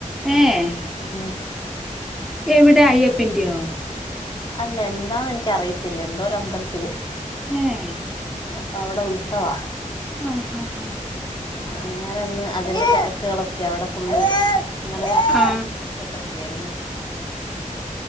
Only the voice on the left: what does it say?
ഉം
അല്ല എന്താന്ന് എനിക്ക് അറിയത്തില്ല എന്തോ ഒരു അമ്പലത്തിൽ
അപ്പ അവിടെ ഉത്സവാ
അങ്ങനെ ഇന്ന് അതിന്റെ തിരക്കുകൾ ഒക്കെയാ അവിടെ ഫുള്ള് ഇന്നലെ രാത്രി
വെടിക്കെട്ട് ഒക്കെ ആയിരുന്നു <unintelligible>